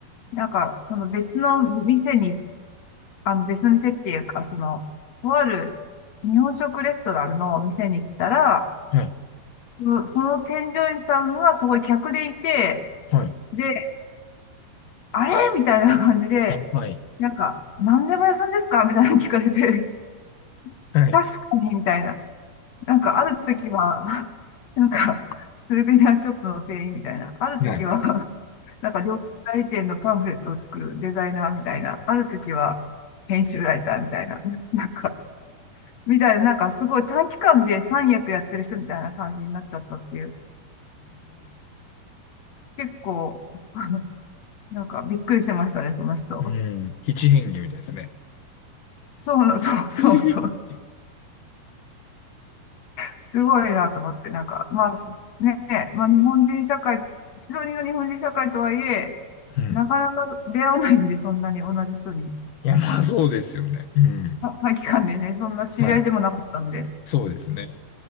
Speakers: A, on the left (about 55°); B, on the left (about 70°).
A: なんか、その別の店に、あの、別の店っていうか、その、とある日本食レストランの店に行ったら、
B: はい、
A: そのその添乗員さんがすごい客でいて、
B: はい、
A: で、あれみたいな感じで、
B: はい、
A: なんか、何でも屋さんですかみたいなの聞かれて、<laughs>
B: はい、
A: 確かに、みたいな。なんかある時は、<laughs> なんかスーベニアショップの店員みたいな、ある時は、
B: はい、はい。
A: <laughs> なんか料理店のパンフレットを作るデザイナーみたいな、ある時は編集ライターみたいな、<laughs> なんか、みたいな、なんかすごい短期間で三役やってる人みたいな感じになっちゃったっていう。結構、<laughs> なんかびっくりしてましたね、その人。
B: うん、<laughs> 七変化みたいですね。
A: そう、<laughs> そうそうそう。
B: う
A: すごいなと思って、なんか、まあ、すね、まあ、日本人社会、シドニーの日本人社会とはいえ、
B: ん。
A: なかなか出会わないんで、そんなに同じ人に。
B: いや、まあそうですよね。うん。
A: た短期間でね、そんな知り合いでもなかったんで。
B: はい。そうですね。